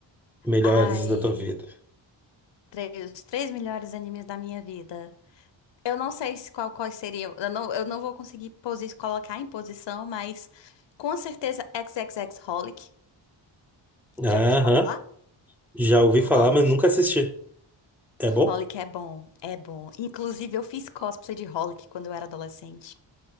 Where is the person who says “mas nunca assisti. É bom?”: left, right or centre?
Centre